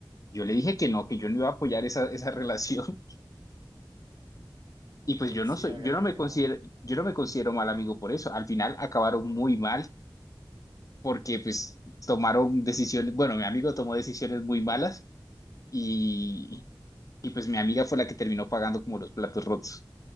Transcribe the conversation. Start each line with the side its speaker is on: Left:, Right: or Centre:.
Left: yo le dije que no, que yo no iba a apoyar esa, esa relación. <laughs> Y pues
Right: Que
Left: yo no
Right: sí,
Left: soy,
Right: obviamente
Left: yo no me considero,
Right: no.
Left: yo no me considero mal amigo por eso. Al final acabaron muy mal porque pues tomaron decisiones, bueno, mi amigo tomó decisiones muy malas y, y pues mi amiga fue la que terminó pagando como los platos rotos.